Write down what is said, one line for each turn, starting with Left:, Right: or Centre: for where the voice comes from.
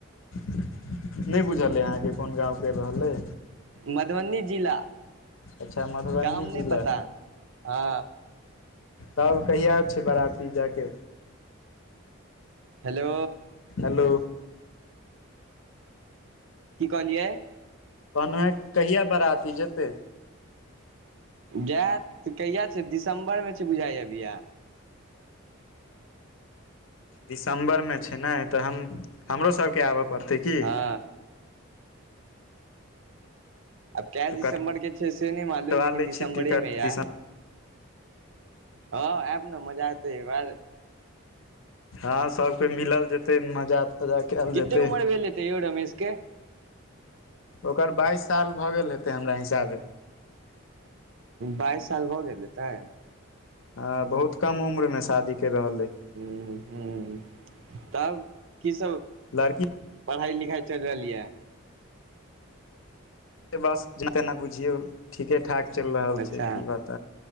Left: नहि बुझल अइ अहाँके कोन गाँवके रहलै
Right: मधुबनी जिला
Left: अच्छा मधुबनी
Right: गाम नहि
Left: जिला
Right: पता हँ
Left: तब कहिया छीयै बराती जा कऽ
Right: हेलो
Left: हेलो
Right: की कहलियै
Left: कहनो हैं कहिआ बड़ती जेते
Right: गाय कहिआा छै दिसम्बरमे छै बुझाइा अभय
Left: दिसम्बरमे छै ने तऽ हम हमरो सभके आबय पड़तै की
Right: हँ अब क्य दिसंबर
Left: तऽ
Right: के छे से नहि मालूम
Left: कटवा
Right: लेकिन
Left: लै
Right: दिसम्बरे
Left: छी टिकट
Right: में यार
Left: दिसम्बर
Right: हँ आब ने मजा आत ह बार
Left: हँ सभके मिलल जेतै मजा तजा कयल
Right: कितेक
Left: जेतै
Right: उमरि भेल ले तै रमेशके
Left: ओकर बाइस साल भऽ गेल हेतै हमरा हिसाबे
Right: बाइस साल भ गेल तै
Left: अ बहुत कम उम्र मे शादी कर रहल अइ
Right: हूँ हूँ तब की सब
Left: लड़की
Right: पढ़ाइ लिखाइ चलि रहल यऽ
Left: बस जेना तेना बुझियौ ठीकेठाक चलि रहल
Right: अच्छा
Left: छै की बात